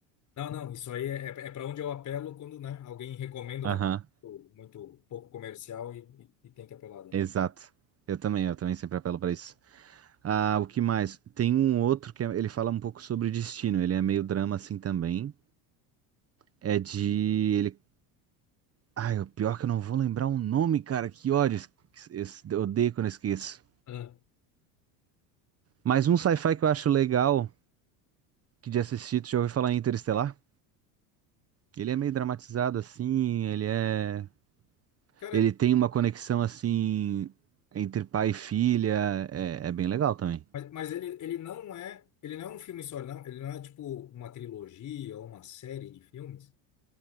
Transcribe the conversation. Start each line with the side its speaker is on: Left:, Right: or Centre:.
Left: Não, não, isso aí é, é para onde eu apelo quando, né, alguém recomenda
Right: Aham,
Left: uma coisa muito muito pouco comercial e, e, e tem que apelar daí.
Right: exato. Eu também, eu também sempre apelo pra isso. Ah, o que mais? Tem um outro que é- ele fala um pouco sobre destino. Ele é meio drama assim também. É de ele. Ai, o pior é que eu não vou lembrar o nome, cara. Que ódio. Es- es- Eu odeio quando eu esqueço.
Left: Aham.
Right: Mas um sci-fi que eu acho legal que de assistir, tu já ouviu falar em Interestelar? Ele é meio dramatizado assim, ele é.
Left: Cara,
Right: Ele tem uma conexão assim entre pai e filha. É, é bem legal também.
Left: Mas, mas ele, ele não é, ele não é um filme só, não. Ele não é tipo uma trilogia ou uma série de filmes.